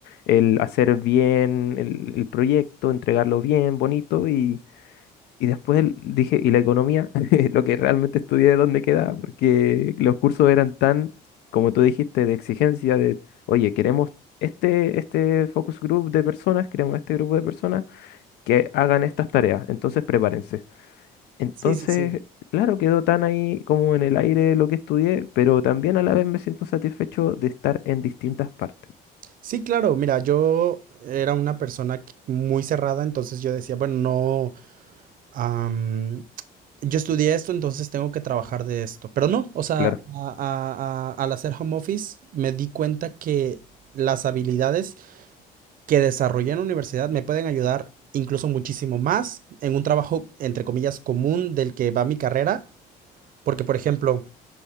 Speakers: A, on the left; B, on the right.
A: el hacer bien el, el proyecto, entregarlo bien, bonito, y, y después el- dije, y la economía, <laughs> lo que realmente estudié, ¿dónde queda? Porque los cursos eran tan, como tú dijiste, de exigencia, de, oye, queremos... Este, este focus group de personas, queremos este grupo de personas que hagan estas tareas, entonces prepárense. Entonces,
B: Sí, sí, sí.
A: claro, quedó tan ahí como en el aire lo que estudié, pero también a la vez me siento satisfecho de estar en distintas partes.
B: Sí, claro, mira, yo era una persona que- muy cerrada, entonces yo decía, bueno, no, am, yo estudié esto, entonces tengo que trabajar de esto. Pero no, o sea,
A: Claro,
B: a- a- a- al hacer home office me di cuenta que las habilidades que desarrollé en la universidad me pueden ayudar incluso muchísimo más en un trabajo, entre comillas, común del que va mi carrera, porque, por ejemplo,